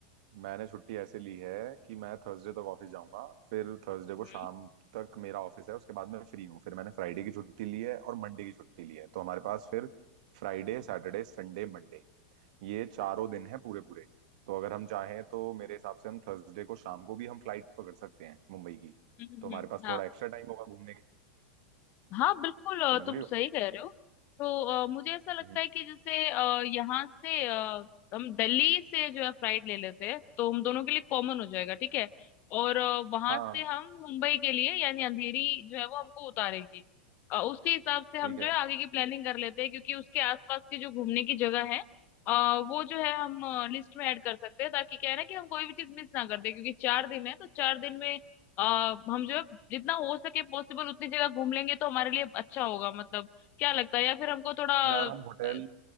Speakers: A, on the right; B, on the left.
A: मैंने छुट्टी ऐसे ली है कि मैं थर्सडे तक ऑफिस जाऊंगा फिर थर्सडे को
B: हम्म
A: शाम तक मेरा ऑफिस है उसके बाद मैं फ्री हूँ फिर मैंने फ्राइडे की छुट्टी ली है और मंडे की छुट्टी ली है तो हमारे पास फिर फ्राइडे सैटरडे संडे मंडे ये चारों दिन हैं पूरे पूरे तो अगर हम चाहें तो मेरे हिसाब से हम थर्सडे को शाम को भी हम फ्लाइट पकड़ सकते हैं मुंबई की
B: हम्म,
A: तो
B: हम्म,
A: हमारे
B: हम्म,
A: पास
B: हाँ
A: थोड़ा एक्स्ट्रा टाइम होगा घूमने के
B: हाँ बिल्कुल अ,
A: समझ
B: तुम
A: रही हो
B: सही कह रहे हो तो अ, मुझे ऐसा लगता
A: हम्म।
B: है कि जैसे अ, यहाँ से अ, हम दिल्ली से जो है फ्लाइट ले लेते हैं तो हम दोनों के लिए कॉमन हो जाएगा ठीक है और अ, वहां
A: हाँ
B: से हम मुंबई के लिए यानी अंधेरी जो है वो हमको उतारेगी अ, उसके हिसाब से हम
A: ठीक
B: जो
A: है
B: है आगे की प्लानिंग कर लेते हैं क्योंकि उसके आसपास की जो घूमने की जगह है अ, वो जो है हम लिस्ट में ऐड कर सकते हैं ताकि क्या है ना कि हम कोई भी चीज मिस ना कर दे क्योंकि चार दिन है तो चार दिन में अ, हम जो है जितना हो सके पॉसिबल उतनी जगह घूम लेंगे तो हमारे लिए अच्छा होगा मतलब क्या लगता है या फिर हमको थोड़ा
A: यार
B: अ,
A: हम होटल